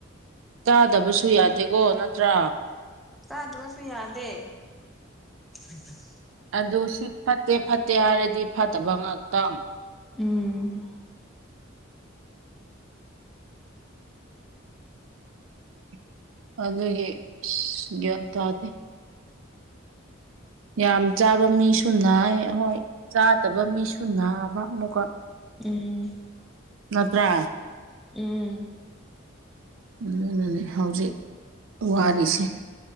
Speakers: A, on the right; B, in the centre.
A: ꯇꯥꯗꯕꯁꯨ ꯌꯥꯗꯦꯀꯣ ꯅꯠꯇ꯭ꯔꯥ
B: ꯆꯥꯗꯕꯁꯨ ꯌꯥꯗꯦ <unintelligible>
A: ꯑꯗꯨ ꯁꯤ ꯐꯠꯇꯦ ꯐꯠꯇꯦ ꯍꯥꯏꯔꯗꯤ ꯐꯠꯇꯕ ꯉꯥꯛꯇꯪ
B: ꯎꯝ <unintelligible>
A: <unintelligible> <inaudible> ꯑꯗꯨꯒꯤ <unintelligible> ꯒ꯭ꯌꯥꯟ ꯇꯥꯗꯦ ꯌꯥꯝ ꯆꯥꯕ ꯃꯤꯁꯨ ꯅꯥꯏ ꯍꯣꯏ ꯆꯥꯗꯕ ꯃꯤꯁꯨ ꯅꯥꯕ ꯑꯃꯨꯛꯀ
B: ꯎꯝ
A: ꯅꯠꯇꯔꯥ
B: ꯎꯝ
A: ꯑꯗꯨꯅꯅꯦ ꯍꯧꯖꯤꯛ ꯋꯥꯔꯤꯁꯦ